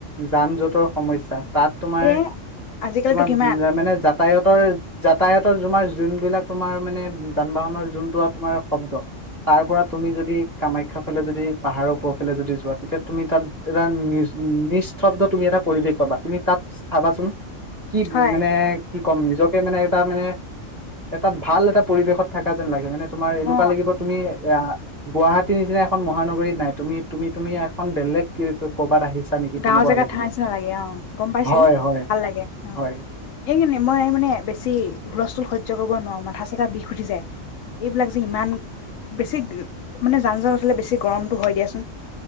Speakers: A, on the right; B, on the left.
A: যান-জোঁটৰ সমস্যা। তাত তোমাৰ
B: এ আজিকালিতো
A: তোমাৰ
B: কিমান
A: মানে যাতায়তৰ। যাতায়াতৰ তোমাৰ যোনবিলাক তোমাৰ মানে, যান বাহনৰ যোনটো তোমাৰ শব্দ, তাৰ পৰা তুমি যদি কামাখ্যা ফালে যদি। পাহাৰৰ ওপৰফালে যদি যোৱা তেতিয়া তুমি তাত এটা নিস্ নিস্তব্ধ তুমি এটা পৰিৱেশ পাবা, তুমি তাত চা চাবাচোন। কি
B: হয়
A: মানে? কি ক'ম নিজকে মানে, এটা মানে, এটা ভাল এটা পৰিৱেশত থাকা যেন লাগে মানে। তোমাৰ এনেকুৱা
B: অ'
A: লাগিব তুমি এ। গুৱাহাটীৰ নিচিনা এখন মহানগৰীত। নাই তুমি, তুমি, তুমি এখন বেলেগ কি ক'ৰবাত আহিছা। নেকি তেনেকুৱা
B: গাঁওৰ জেগাত
A: লাগিব।
B: থাকাৰ নিচিনা লাগে। অ' গম পাইছোঁ।
A: হয় হয়
B: ভাল লাগে অ',
A: হয়
B: এনে এই মই মানে বেছি হুলস্থুল সহ্য। সহ্য‌ই কৰিব নোৱাৰোঁ মাথা চাথা বিষ উঠি যায়। এইবিলাক যে ইমান বেছি মানে যান-যট হ'লে বেছি গৰমটো হয় দিয়াচোন।